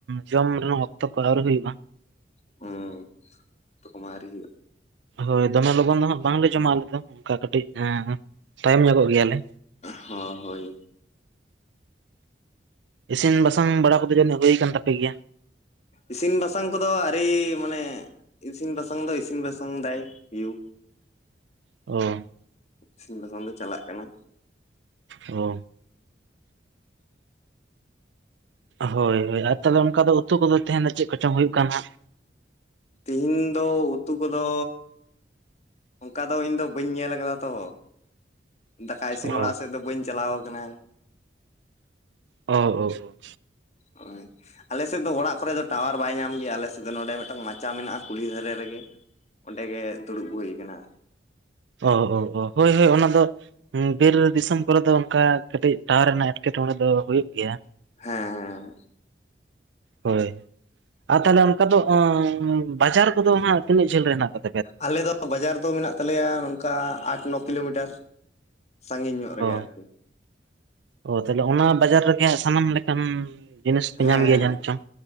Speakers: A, on the right; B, on the left.
A: ᱡᱚᱢ ᱨᱮᱱᱟᱜ ᱚᱠᱛᱚ ᱠᱚ ᱟᱹᱣᱨᱤ ᱦᱩᱭᱩᱜᱼᱟ᱾
B: ᱦᱩᱸ ᱩᱛᱩ ᱠᱚᱢᱟ ᱟᱣᱨᱤ ᱦᱩᱭᱩᱜ
A: ᱦᱳᱭ ᱫᱚᱢᱮ ᱞᱚᱜᱚᱱ ᱫᱚ ᱦᱟᱸᱜ ᱵᱟᱝᱞᱮ ᱡᱚᱢᱟ, ᱟᱞᱮ ᱫᱚ ᱚᱱᱠᱟ ᱠᱟᱹᱴᱤᱡ ᱛᱟᱭᱚᱢ ᱧᱚᱜᱚᱜ ᱜᱮᱭᱟᱞᱮ
B: ᱦᱚ ᱦᱳᱭ᱾
A: ᱤᱥᱤᱱ ᱵᱟᱥᱟᱝ ᱵᱟᱲᱟ ᱠᱚᱫᱚ ᱡᱟᱱᱤᱡ ᱦᱩᱭ ᱠᱟᱱ ᱛᱟᱯᱮ ᱜᱮᱭᱟ?
B: ᱤᱥᱤᱱ ᱵᱟᱥᱟᱝ ᱠᱚᱫᱚ ᱟᱹᱨᱤ, ᱢᱟᱱᱮ ᱤᱥᱤᱱ ᱵᱟᱥᱟᱝ ᱫᱚ ᱤᱥᱤᱱ ᱵᱟᱥᱟᱝ ᱫᱟᱭ ᱭᱩ
A: ᱚ
B: ᱤᱥᱤᱱ ᱵᱟᱥᱟᱝ ᱫᱚ ᱪᱟᱞᱟᱜ ᱠᱟᱱᱟ᱾
A: ᱚ ᱦᱳᱭ ᱦᱳᱭ ᱟᱨ ᱛᱟᱦᱚᱞᱮ ᱚᱱᱠᱟ ᱫᱚ ᱩᱛᱩ ᱠᱚᱫᱚ ᱛᱮᱦᱮᱱ ᱪᱮᱫ ᱠᱚᱪᱚᱝ ᱦᱩᱭᱩᱜ ᱠᱟᱱᱟ ᱦᱟᱸᱜ
B: ᱛᱤᱦᱤᱧ ᱫᱚ ᱩᱛᱩ ᱠᱚᱫᱚ ᱚᱱᱠᱟ ᱫᱚ ᱤᱧ ᱫᱚ ᱵᱟᱹᱧ ᱧᱮᱞ ᱟᱠᱟᱫᱟ ᱛᱚ, ᱫᱟᱠᱟ ᱤᱥᱤᱱ
A: ᱚ
B: ᱚᱲᱟᱜ ᱥᱮᱫ ᱫᱚ ᱵᱟᱹᱧ ᱪᱟᱞᱟᱣ ᱟᱠᱟᱱᱟ᱾
A: ᱚ
B: <unintelligible> ᱟᱞᱮ ᱥᱮᱫ ᱫᱚ ᱚᱲᱟᱜ ᱠᱚᱨᱮ ᱫᱚ ᱴᱟᱣᱟᱨ ᱵᱟᱭ ᱧᱟᱢ ᱜᱮᱭᱟ ᱾ᱟᱞᱮ ᱥᱮᱫ ᱫᱚ ᱱᱚᱸᱰᱮ ᱢᱤᱫᱴᱟᱝ ᱢᱟᱪᱟ ᱢᱮᱱᱟᱜᱼᱟ ᱾ᱠᱩᱞᱦᱤ ᱫᱷᱟᱨᱮ ᱨᱮᱜᱮ ᱚᱸᱰᱮ ᱜᱮ ᱫᱩᱲᱩᱵ ᱦᱩᱭ ᱠᱟᱱᱟ᱾
A: ᱚ ᱚ ᱚ ᱦᱳᱭ ᱦᱳᱭ ᱚᱱᱟ ᱫᱚ ᱵᱤᱨ ᱫᱤᱥᱚᱢ ᱠᱚᱨᱮ ᱫᱚ ᱚᱱᱠᱟ ᱠᱟᱹᱴᱤᱡ ᱴᱟᱣᱟᱨ ᱨᱮᱱᱟᱜ ᱮᱸᱴᱠᱮ ᱴᱚᱸᱲᱮ ᱫᱚ ᱦᱩᱭᱩᱜ ᱜᱮᱭᱟ᱾
B: ᱦᱮᱸ ᱦᱮᱸ
A: ᱦᱳᱭ᱾ ᱟᱨ ᱛᱟᱦᱚᱞᱮ ᱚᱱᱠᱟ ᱫᱚ ᱵᱟᱡᱟᱨ ᱠᱚᱫᱚ ᱦᱟᱸᱜ ᱛᱤᱱᱟᱹᱜ ᱡᱷᱟᱹᱞ ᱨᱮ ᱦᱮᱱᱟᱜ ᱛᱟᱞᱮᱭᱟ?
B: ᱟᱞᱮ ᱫᱚ ᱵᱟᱡᱟᱨ ᱫᱚ ᱢᱮᱱᱟᱜ ᱛᱟᱞᱮᱭᱟ, ᱱᱚᱝᱠᱟ ᱟᱴ ᱱᱚ ᱠᱤᱞᱳᱢᱤᱴᱟᱨ᱾ ᱥᱟᱺᱜᱤᱧ ᱧᱚᱜ ᱨᱮᱜᱮ
A: ᱚ
B: ᱟᱨᱠᱤ
A: ᱚ ᱛᱟᱦᱚᱞᱮ ᱚᱱᱟ ᱵᱟᱡᱟᱨ ᱨᱮᱜᱮ ᱥᱟᱱᱟᱢ ᱞᱮᱠᱟᱱ, ᱡᱤᱱᱤᱥ ᱯᱮ
B: ᱦᱮᱸ
A: ᱧᱟᱢ ᱜᱮᱭᱟ ᱡᱟᱱᱤᱡ ᱪᱚᱝ